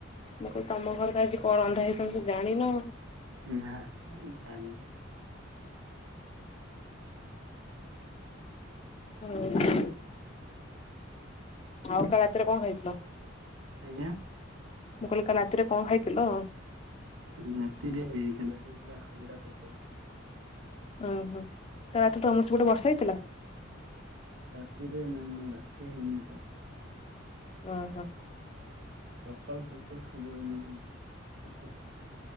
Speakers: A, on the left; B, on the right.
A: ମୁଁ କହିଲୀ ତମ ଘରେ ତ ଆଜି କଣ ରନ୍ଧା ହେଇଚି ତମେ ତ ଜାଣିନ।
B: ନା ଜାଣିନି।
A: ଓ ହ। ଆଉ କାଲି ରାତିରେ କଣ୍ ଖାଇଥିଲ?
B: ସେଇଆଁ।
A: ମୁଁ କହିଲି କାଲି ରାତିରେ କଣ ଖାଇଥିଲ।
B: ରାର୍ତିରେ କାଲି ରାତି ରେ ହେଇଥିଲା ଅଣ୍ଡାତରକାରି।
A: ଓହୋ ରାତି ତମର ସେ ପଟେ ବର୍ଷା ହେଇଥିଲା।
B: ରାତିରେ ନା ନା ରାତି ହେଇନି ତ
A: ଓହୋ।
B: ସକାଳୁ ସକାଳୁ ସବୁବେଳେ ନ ହେଉଛି ଆଛ